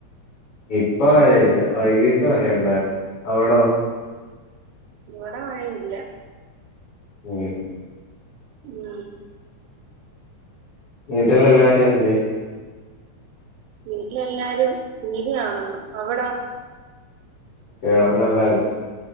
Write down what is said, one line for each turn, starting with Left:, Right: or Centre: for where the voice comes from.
Left: ഇപ്പ മഴയില്ല വൈകീട്ട് മഴയുണ്ടായിരുന്നു അവിടോ
Right: ഇവിട മഴയില്ല
Left: ഉം
Right: ഉം
Left: വീട്ടിൽ എല്ലാരും എന്തേ
Right: വീട്ടിലെല്ലാരും ടീവി കാണുന്ന് അവിടോ
Left: കെടന്നെ എല്ലാരും